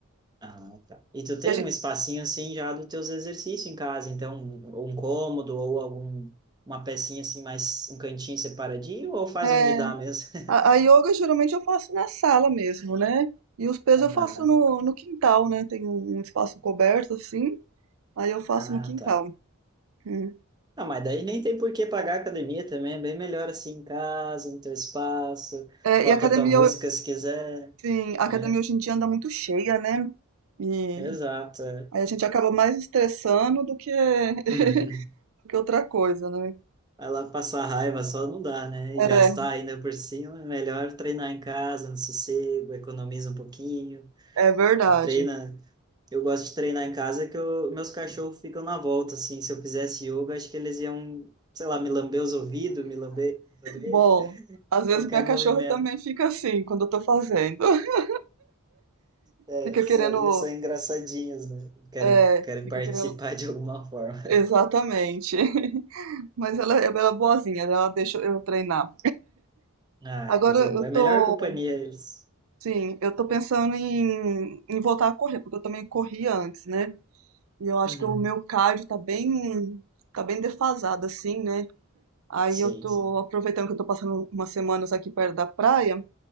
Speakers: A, on the right; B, on the right.
A: Ah, tá. E tu tem
B: E a gen-
A: um espacinho assim já dos teus exercícios em casa, então, um, um cômodo ou algum uma pecinha assim, mais um cantinho separadinho, ou faz
B: É,
A: onde dá mesmo? <laughs>
B: a, a yoga geralmente eu faço na sala mesmo, né? E os pesos
A: Aham.
B: eu faço no, no quintal, né? Tem um, um espaço coberto assim, aí eu faço
A: Ah,
B: no quintal.
A: tá.
B: Hum.
A: Ah, mas daí nem tem por que pagar a academia também, é bem melhor assim em casa, no teu espaço,
B: É, é,
A: bota
B: e a academia,
A: tua música
B: ho-
A: se quiser,
B: sim, a academia
A: né?
B: hoje em dia anda muito cheia, né? E
A: Exato, é.
B: aí a gente acaba mais estressando do que, <laughs>
A: <laughs>
B: do que outra coisa, né?
A: Vai lá passar raiva só não dá, né? E
B: É,
A: gastar ainda por cima, é melhor treinar em casa, no sossego, economiza um pouquinho,
B: é verdade.
A: treina. Eu gosto de treinar em casa que eu- meus cachorros ficam na volta, assim, se eu fizesse yoga, acho que eles iam, sei lá, me lamber os ouvidos, me lamber as orelhas,
B: Bom,
A: <laughs>
B: às
A: qualquer
B: vezes minha
A: movimento.
B: cachorra também fica assim quando eu tô fazendo. <laughs>
A: É,
B: Fica
A: só-
B: querendo,
A: eles são engraçadinhos, né? Querem,
B: é,
A: querem
B: fica
A: participar
B: querendo,
A: de alguma forma. <laughs>
B: exatamente. <laughs> Mas ela, ela é boazinha, né? ela deixa eu treinar.
A: Ah,
B: Agora
A: é coisa
B: eu
A: boa.
B: tô,
A: É a melhor companhia eles.
B: sim, eu tô pensando em, em voltar a correr, porque eu também corria antes, né? E eu acho
A: Uhum.
B: que o meu cardio tá bem, tá bem defasado, assim, né? Aí
A: Sim,
B: eu tô
A: sim.
B: aproveitando que eu tô passando umas semanas aqui perto da praia,